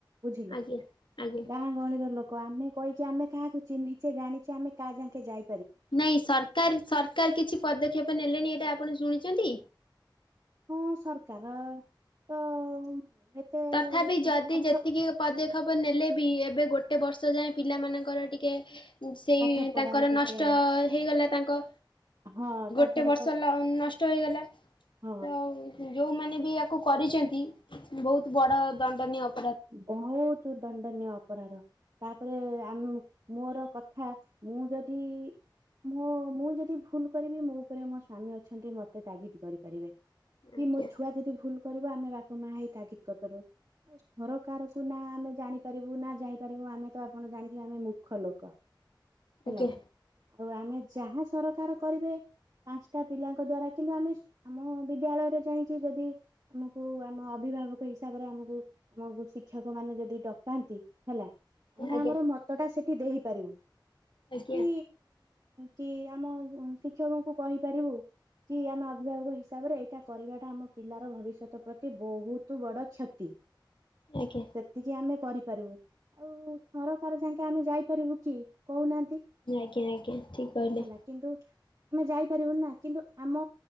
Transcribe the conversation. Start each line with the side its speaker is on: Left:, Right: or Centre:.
Right: ବୁଝିଲୁ
Left: ଆଜ୍ଞା ଆଜ୍ଞା।
Right: ଗାଁ ଗହଳିର ଲୋ ଆମେ କହିକି ଆମେ କାହାକୁ ଚିହ୍ନିଛେ ଜାଣିଛେ କା ଯା କାଁ ଜଙ୍କେ ଯାଇ
Left: ନାଇଁ ସରକାର ସରକାର କିଛି ପଦକ୍ଷେପ ନେଲେଣି ଏଇଟା ଆପଣ ଶୁଣିଛନ୍ତି?
Right: ହଁ ସରକାର ତ ଏତେ
Left: ତଥାପି ଯଦି
Right: ପାଠ
Left: ଯେତିକି ପଦେ ଖେପ ନେଲେ ବି ଏବେ ଗୋଟେ ବର୍ଷ ଯାଏ । ପିଲାମାନଙ୍କର ଟିକେ ସେଇ
Right: ପାଠ ପଢାରେ
Left: ତାଙ୍କର
Right: ଟିକେ
Left: ନଷ୍ଟ ହେଇଗଲା ତାଙ୍କ
Right: ହଁ ତାଙ୍କର
Left: ଗୋଟେ ବର୍ଷ
Right: ତ
Left: ନଷ୍ଟ ହେଇଗଲା ।
Right: ହଁ
Left: ତ ଯୋଉମାନେ ବି ଆକୁ କୁ କରିଛନ୍ତି ବହୁତ ବଡ଼ ଦଣ୍ଡନୀୟ ଅପ୍
Right: ବହୁତ ଦଣ୍ଡନୀୟ ଅପରାଧ ତାପ ତାପରେ ଆମ ମୋର କଥା ମୁଁ ଯଦି ମୋ ମୁଁ ଯଦି ଭୁଲ କରିବି, ମୋ ଉପରେ ମୋ ସ୍ଵାମୀ ଅଛନ୍ତି ମତେ ତାଗିଦ କରିପାରିବେ।
Left: ଆଜ୍ଞା
Right: କି ମୋ ଛୁଆ ଯଦି ଭୁଲ କରିବ, ଆମେ ବାପା ମା ହେଇ ତାଗିଦ କରିପାରିବୁ। ଘରକାରକୁ ନା ଆମେ ଜାଣିପାରିବୁ ନା ଯାଇପାରିବୁ। ଆମେ ତ ଆପଣ ଜାଣିଥିବେ ଆମେ ମୂର୍ଖଲୋକ। ହେଲା
Left: ଆଜ୍ଞା।
Right: କି? ଆଉ ଆମେ ଯାହା ସରକାର କରିବେ ପାଞ୍ଚଟା ପିଲାଙ୍କ ଦ୍ଵାରା କିନ୍ତୁ ଆମେ ଆମ ବିଦ୍ୟାଳୟରେ ଯାଇକି ଯଦି ଆମକୁ ଆମ ଅ ଅଭିଭାବକ ହିସାବରେ ଆମକୁ ଆମକୁ ଶିକ୍ଷକ ମାନେ ଯଦି ଡକାନ୍ତି ହେଲା, ଆମେ
Left: ଆଜ୍ଞା
Right: ଆମର ମତଟା ସେ ଦେଇପାରିବୁ।
Left: ଆଜ୍ଞା।
Right: କି କି ଆମ ଶିକ୍ଷକଙ୍କୁ କହିପାରିବୁ। କି ଆମେ ଅଭିଭାବକ ହିସାବରେ, ଏଇଟା କରିବାଟା ଆମ ପିଲାର ଭବିଷ୍ୟତ ପ୍ରତି ବହୁତ ବଡ କ୍ଷତି।
Left: ଆଜ୍ଞା
Right: ସେତିକି ଆମେ କରି ପାରିବୁ ଆଉ ସରକାର ଯାକେ ଆମେ ଯାଇପାରିବୁ କି? କହୁନାହାନ୍ତି
Left: ଆଜ୍ଞା ଆଜ୍ଞା ଠିକ କହିଲେ।
Right: ହେଲା, କିନ୍ତୁ ଆମେ ଯାଇପାରିବୁନି ନା କିନ୍ତୁ ଆମ